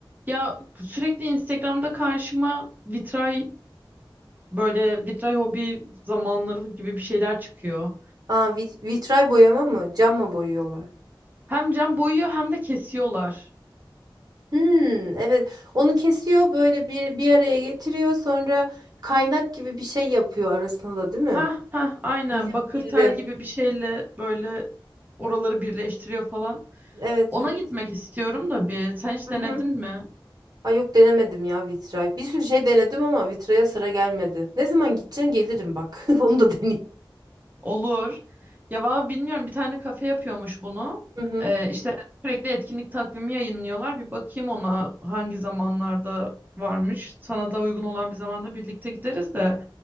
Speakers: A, on the right; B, on the right.
A: Ya sürekli Instagram'da karşıma vitray böyle vitray hobi zamanları gibi bir şeyler çıkıyor.
B: Aa, vit- vitray boyama mı? Cam mı boyuyorlar?
A: Hem cam boyuyor hem de kesiyorlar.
B: Hmm, evet. Onu kesiyor böyle bir bir araya getiriyor sonra kaynak gibi bir şey yapıyor arasında da değil mi?
A: Ha ha aynen
B: Bildim,
A: bakır
B: bildim.
A: tel gibi bir şeyle böyle oraları birleştiriyor falan.
B: Evet,
A: Ona
B: evet.
A: gitmek istiyorum da bir. Sen hiç
B: Hı
A: denedin
B: hı.
A: mi?
B: Ay yok denemedim ya vitray. Bir sürü şey denedim ama vitraya sıra gelmedi. Ne zaman gideceksin gelirim bak. <laughs> Onu da deneyeyim.
A: Olur. Ya valla bilmiyorum bir tane kafe yapıyormuş bunu.
B: Hı hı.
A: Ee, işte sürekli etkinlik takvimi yayınlıyorlar. Bir bakayım ona hangi zamanlarda varmış. Sana da uygun olan bir zamanda birlikte gideriz de.